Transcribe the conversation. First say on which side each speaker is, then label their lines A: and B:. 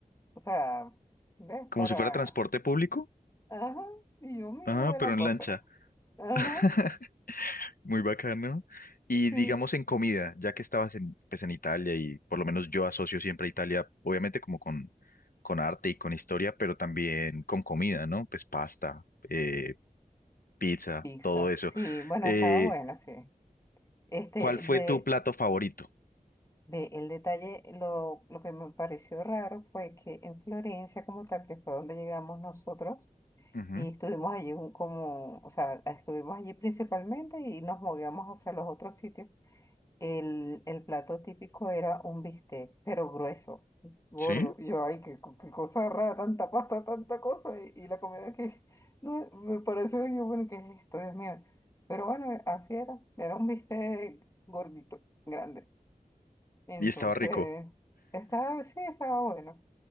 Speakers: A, on the left (about 20°); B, on the left (about 80°).
A: O sea, ¿ves?
B: ¿Como
A: Para,
B: si fuera transporte público?
A: ajá, y yo miro
B: Ah, pero
A: la
B: en
A: cosa.
B: lancha.
A: Ajá,
B: <laughs> Muy bacano. Y
A: sí.
B: digamos en comida, ya que estabas en, pues, en Italia y por lo menos yo asocio siempre a Italia, obviamente como con, con arte y con historia, pero también con comida, ¿no? Pues pasta, eh, pizza,
A: Pizza,
B: todo eso.
A: sí, bueno,
B: Eh,
A: estaba buena, sí. Este,
B: ¿cuál fue
A: de,
B: tu plato favorito?
A: Ve, el detalle, lo, lo que me pareció raro fue que en Florencia, como tal, que fue donde llegamos nosotros,
B: Ujú,
A: y estuvimos allí un- como, o sea, estuvimos allí principalmente y nos movíamos hacia los otros sitios. El, el plato típico era un bistec, pero grueso, gordo.
B: Sí,
A: Y yo, ay, qué, co- qué cosa rara, tanta pasta, tanta cosa, y, y la comida que, <laughs> no, me pareció, yo, bueno, ¿qué es esto? Dios mío. Pero bueno, así era, era un bistec gordito, grande. Entonces,
B: y estaba rico. O
A: estaba, sí, estaba bueno,